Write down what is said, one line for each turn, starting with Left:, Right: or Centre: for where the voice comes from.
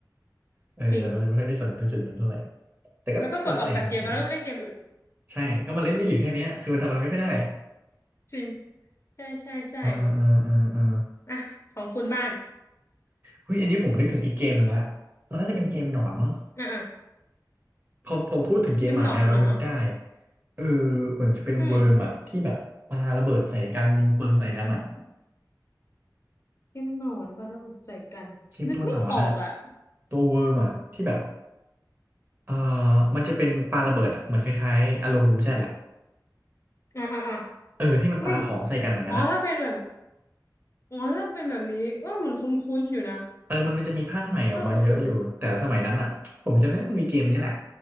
Right: เออเราก็เลยไม่ค่อยได้สนตรงจุดนั้นเท่าไหร่
Left: จริง
Right: แต่ก็เป็นเสน่ห์ของเกม
Left: แล้วก็กดออกจากเกมแล้วก็ไปเล่นเกมอื่น
Right: ใช่ก็มาเล่นได้อยู่แค่เนี้ยคือมันทำอะไรไม่ค่อยได้อ่ะ
Left: <laughs> จริงใช่ใช่ใช่
Right: เออเออเออเออ
Left: อ่ะของคุณบ้าง
Right: เฮ้ยอันนี้ผมนึกถึงอีกเกมหนึ่งละมันน่าจะเป็นเกมหนอนมั้ง
Left: อ่ะอ่ะ
Right: พอผมพูดถึงเกมหมาแมวแล้วนึกได้
Left: เกมหนอนเนาะ
Right: เออเหมือนจะเป็นเวิร์มอะที่แบบปาระเบิดใส่กันยิงปืนใส่กันอะ
Left: อืมเกมหนอนประกบใจกันนึกไม่ออกอ่ะ
Right: เกมตัวหนอนอะตัวเวิร์มอะที่แบบเอ่อมันจะเป็นปาระเบิดอะเหมือนคล้ายๆอารมณ์บูมแชทแหละ
Left: อ่ะอ่ะอ่ะ
Right: เออที่มันปาของใส่กันอย่างนั้นอะ
Left: อุ้ยอ๋อถ้าเป็นแบบอ๋อถ้าเป็นแบบนี้เออเหมือนคุ้นๆอยู่นะ
Right: เออมันมันจะมีภาคใหม่ออกมาเยอะอยู่
Left: เออเออเออ
Right: แต่สมัยนั้นอะผมจำได้ว่ามันมีเกมนี้แหละ